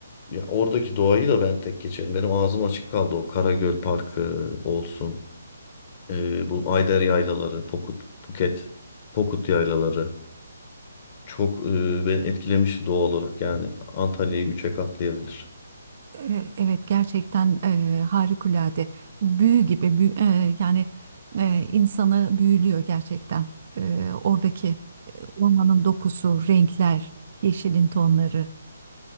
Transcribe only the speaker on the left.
ya oradaki doğayı da ben tek geçerim. Benim ağzım açık kaldı. O Karagöl Parkı olsun. E, bu Ayder Yaylaları, Pokut, Buket, Pokut Yaylaları. Çok e, beni etkilemişti doğal olarak. Yani Antalya'yı üçe katlayabilir.